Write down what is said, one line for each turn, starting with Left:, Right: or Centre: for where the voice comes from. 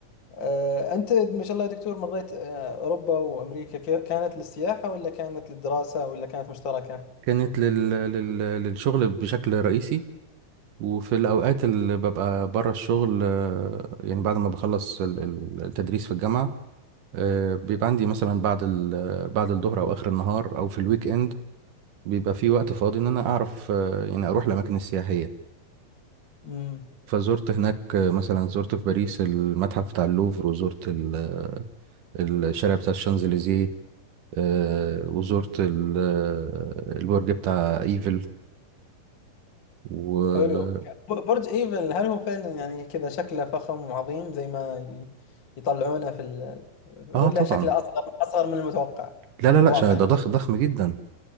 Left: آه، أنت ما شاء الله يا دكتور مريت آه، أوروبا وأمريكا كي- كانت للسياحة ولا كانت للدراسة ولا كانت مشتركة؟
Right: كانت لل... لل... للشغل بشكل رئيسي وفي الأوقات اللي ببقى بره الشغل آه، يعني بعد ما بخلص ال- ال- التدريس في الجامعة آه، بيبقى عندي مثلا بعد ال بعد الظهر او اخر النهار او في الويك اند بيبقى في وقت فاضي ان انا اعرف آه، يعني اروح الاماكن السياحيه
Left: امم
Right: فزرت هناك آه، مثلا زرت في باريس المتحف بتاع اللوفر وزرت ال- آه، الشارع بتاع الشانزليزيه آه، وزرت ال- آه، البرج بتاع ايفل و
Left: حلو ب- برج إيفل هل هو فعلا يعني كذا شكله فخم وعظيم زي ما ي- يطلعونه في ال... ولا
Right: اه طبعا
Left: شكله أصغر أصغر من المتوقع
Right: لا لا
Left: في
Right: لا
Left: الواقع
Right: ش- ده
Left: يعني
Right: ضخم ضخم جدا